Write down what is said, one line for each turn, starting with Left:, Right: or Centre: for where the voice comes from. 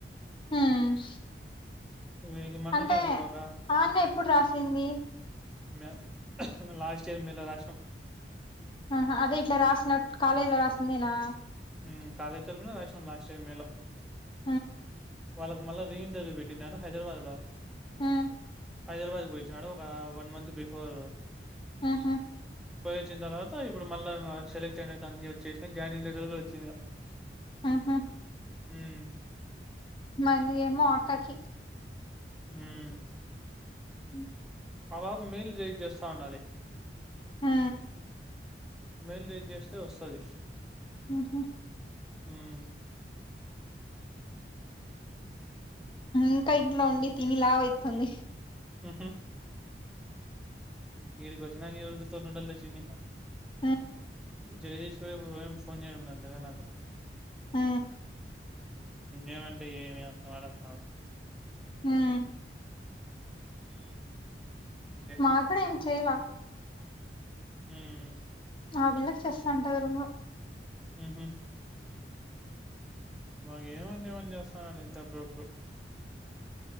Left: మ్మ్
Centre: వీడికి మొన్ననే
Left: అంటే
Centre: ఒక
Left: ఆ అన్న ఎప్పుడు రాసింది
Centre: మే లాస్ట్ చర్మీలో రాసినం
Left: ఆహ అదె ఇట్లా రాసినట్ కాలేజ్ లో రాసిందేనా
Centre: మ్మ్ కాలేజ్ తరుపునే రాసినాం లాస్ట్ ఇయర్ మేలో
Left: ఆ
Centre: వాళ్ళకు మల్లా రీ ఇంటర్వ్యూ పెట్టిన్నా హైదరాబాద్ లో
Left: ఆ
Centre: హైదరాబాదకు పొయి వచ్చినాడు ఒక వన్ మంత్ బిఫోరు
Left: ఆహా
Centre: పోయి వచ్చిన తర్వాత ఇపుడు మళ్ళా సెలెక్ట్ అయినట్టు అన్నీ వచ్చేసినాయి జాయినింగ్ లెటర్ కూడ చిగ
Left: ఆహా
Centre: మ్మ్
Left: మళ్ళీ ఏమో అక్కకి
Centre: మ్మ్
Left: మ్మ్
Centre: తరువాత మేల్ రైజ్ చెస్తా అన్నది
Left: ఆ
Centre: మెయిల్ రేజ్ చేస్తే వస్తది
Left: మ్మ్ హ్మ్
Centre: ఉమ్
Left: ఇంకా ఇట్లా అండి తిని లావయితుంది
Centre: మ్మ్ హ్మ్ ఈడికి వచ్చినంక ఎవరు గుర్తూందరులే చిన్ని
Left: ఆ
Centre: జగదీష్ గారు ఇప్పుడు ఫోన్ చేయడం లే అంతగా నాకు
Left: మ్మ్
Centre: ఏమండి ఏమి అంటే మాడస్తావ్
Left: మ్మ్
Centre: అంతే
Left: నాక్ కూడా ఏం చేయలా <inaudible>
Centre: మ్మ్
Left: ఆ వీళ్ళకి చెస్తాంటారు
Centre: మ్మ్ హ్మ్ మాగ ఏమంది ఏమని చేస్తున్నాడు ఇంతప్పుడప్పు